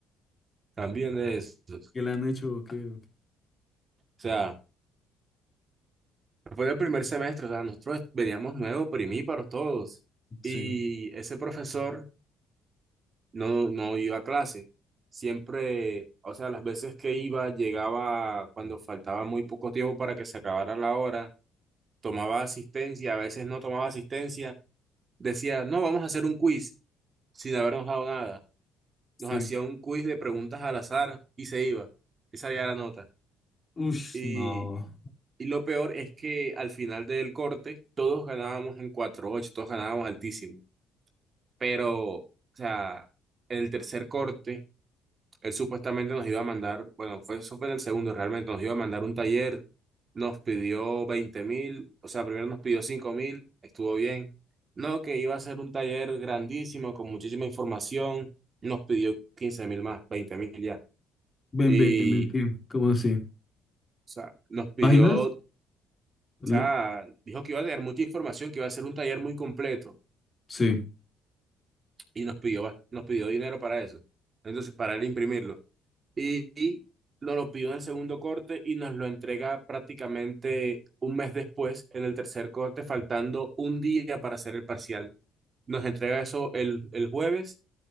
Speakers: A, on the right; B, on the left.
A: también de esos.
B: que le han hecho, o qué? o qué?
A: O sea, fue el primer semestre, o sea, nosotros veníamos nuevos, primíparos todos, y
B: Sí,
A: ese profesor no, no iba a clase. Siempre, o sea, las veces que iba, llegaba cuando faltaba muy poco tiempo para que se acabara la hora, tomaba asistencia, a veces no tomaba asistencia decía, no, vamos a hacer un quiz sin habernos dado nada.
B: sí.
A: Nos hacía un quiz de preguntas al azar y se iba. Y salía la nota.
B: Ush,
A: Y,
B: no.
A: y lo peor es que al final del corte todos ganábamos en cuatro ocho todos ganábamos altísimo. Pero, o sea, en el tercer corte Él supuestamente nos iba a mandar, bueno, fue, eso fue en el segundo realmente, nos iba a mandar un taller, nos pidió veinte mil, o sea, primero nos pidió cinco mil, estuvo bien. No, que iba a ser un taller grandísimo, con muchísima información, nos pidió quince mil más, veinte mil ya.
B: Ven,
A: Y,
B: ven, ven, ¿qué?
A: o
B: ¿Cómo así?
A: sea, nos pidió,
B: ¿Páginas?
A: o
B: Le-
A: sea, dijo que iba a tener mucha información, que iba a ser un taller muy completo,
B: sí.
A: y nos pidió, nos pidió dinero para eso. Entonces, para él imprimirlo. y, y nos lo pidió en el segundo corte y nos lo entrega prácticamente un mes después, en el tercer corte, faltando un día para hacer el parcial. Nos entrega eso el, el jueves